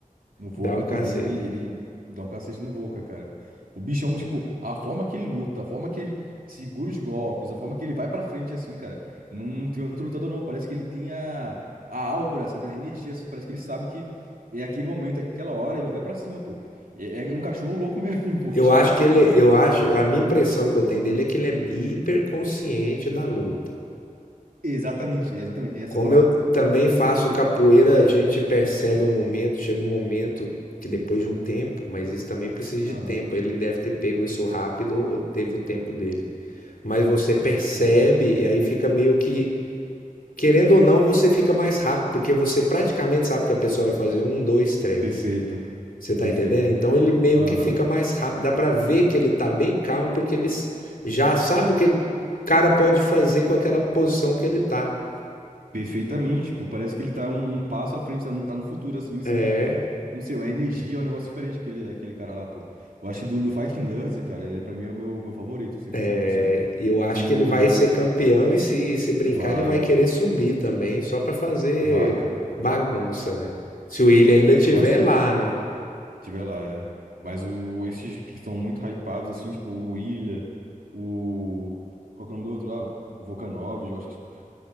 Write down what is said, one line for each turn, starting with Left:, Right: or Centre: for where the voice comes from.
Right: O Volca
Left: Dá um
Right: também,
Left: cacete.
Right: ele, ele dá um cacete no Volca, cara. O bichão, tipo, a forma que ele luta, a forma que ele segura os golpes, a forma que ele vai pra frente, assim, cara. Não tem outro lutador, não. Parece que ele tem a, a aura, sabe? A energia, assim. Parece que ele sabe que é aquele momento, é aquela hora, ele vai pra cima, pô. É, é um cachorro louco mesmo, <laughs> pô. O bichão
Left: Eu acho
Right: não
Left: que
Right: tem
Left: ele,
Right: como,
Left: eu
Right: pô.
Left: acho, a minha impressão que eu tenho dele é que ele é hiperconsciente da luta.
Right: Exatamente, exatamente. Essa
Left: Como
Right: é a palavra.
Left: eu também
Right: Ele tem
Left: faço
Right: um.
Left: capoeira, a gente percebe um momento, chega um momento que depois de um tempo, mas isso também precisa de
Right: Aham,
Left: tempo. Ele deve ter pego isso rápido ou teve o tempo dele. Mas você percebe
Right: perfeito.
Left: e aí fica meio que querendo ou não, você fica mais rápido, porque você praticamente sabe que a pessoa vai fazer um, dois, três.
Right: Perfeito,
Left: Você tá
Right: perfeito.
Left: entendendo? Então ele meio
Right: Aham.
Left: que fica mais rápido, dá pra ver que ele tá bem calmo, porque ele s- já sabe o que o cara pode fazer com aquela posição que ele tá.
Right: Perfeitamente, tipo, parece que ele tá um, um passo à frente, tá no, tá no futuro, assim, ele
Left: É,
Right: sente, não sei, uma energia, é um negócio diferente aquele, aquele cara lá, pô. Eu acho que do, do Fighting Nerds, cara, ele pra mim é o meu, meu favorito, 100%
Left: é,
Right: assim.
Left: e eu acho
Right: O...
Left: que ele vai ser campeão e se, se brincar,
Right: Vai,
Left: ele vai querer subir também, só pra fazer
Right: vai, cara.
Left: bagunça, né? Se o Willian ainda tiver
Right: Eu acho que
Left: lá,
Right: o...
Left: né?
Right: Tiver lá, é. Mas o, esses que estão muito hypados, assim, tipo, o Ilha, o... Qual que é o nome do outro lá? O Volkanovski, eu acho que, tipo,